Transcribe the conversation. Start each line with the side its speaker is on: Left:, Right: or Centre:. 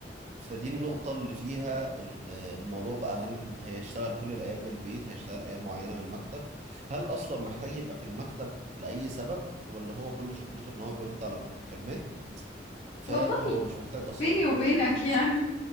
Right: فدي النقطة اللي فيها ال- الموضوع بقى هل هيشتغل كل الأيام من البيت هيشتغل أيام معينة من المكتب هل أصلا محتاج يبقى في المكتب لأي سبب ولا هو كل شغلته إن هو بيرد على مكالمات فهو
Left: والله
Right: مش محتاج أصلا
Left: بيني
Right: يبقى في
Left: وبينك
Right: المكتب خالص
Left: يعني